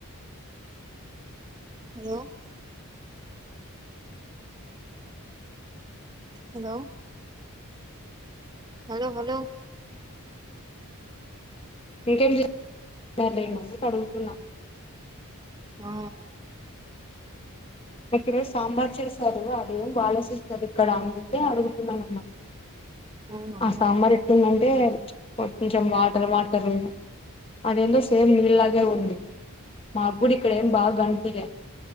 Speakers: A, on the right (about 20°); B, on the left (about 25°).
A: hello hello hello hello
B: ఇంకేమ్లే ఏం లేదు అందుకే అడుగుతున్న
A: ఆ
B: ఒకరు సాంబార్ చేశారు అదేం బాలె సిస్టర్ ఇక్కడ అందుకే అడుగుతున్న మిమ్మ
A: అవునా అవును
B: ఆ సాంబార్ ఎట్టుందంటే కొంచెం వాటర్ వాటర్ అదెందో సేమ్ నీళ్లాగే ఉంది మా కూడ ఇక్కడ ఏం బా కన్పీలే